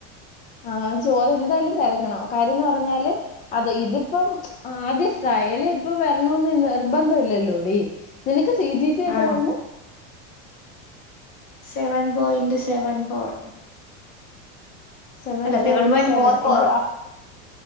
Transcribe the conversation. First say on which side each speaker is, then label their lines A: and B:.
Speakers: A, on the left; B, on the left.
A: ആഹ് ചോദ്യം എന്തായാലും തിരക്കണം കാര്യംന്ന് പറഞ്ഞാല് അതെ ഇതിപ്പം ആദ്യ ഡ്രയല് ഇപ്പൊ വരണന്ന് നിർബന്ധം ഇല്ലല്ലോടി. നിനക്ക് സി ജി പി എത്രായിരുന്നു
B: ആ seven point seven four
A: seven
B: അല്ല
A: പോയിന്റ് സെവൻ
B: ഫോർ ഫോർ
A: ഇപ്പോ